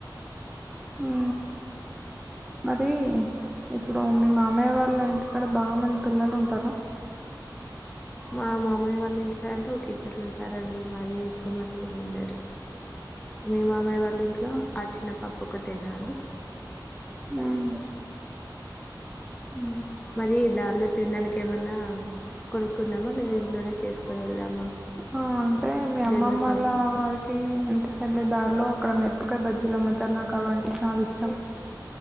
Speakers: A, in the centre; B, on the left.
A: ఆ మరి ఇప్పుడు మీ మామయ్య వాళ్ళ ఇంటి కాడ బాగా మంది పిల్లలు ఉంటారా
B: మా మామయ్య వాళ్ళ ఇంటికాడ అంటే ఒక ఇద్దరు ఉంటారండి మరీ ఎక్కువ మంది ఏమి ఉండరు మీ మామయ్య వాళ్ళ లి ఇంట్లో ఆ చిన్న పాప ఒకతేనా అండి
A: నానిష్
B: ఉ మరి దారిలో తినడానికి ఏమన్నా కొడుక్కుందామా లేదా ఇంట్లోనే చేసుకోని వెళ్దామ్
A: ఆ అంటే మీ అమ్మమ్మల
B: ఎందుకని
A: వారికి ఇంటికి వెళ్ళే దారిలో అక్కడ మిరపకాయ బజ్జి లు అమ్మతారు నాకు అవంటే చాలా ఇష్టం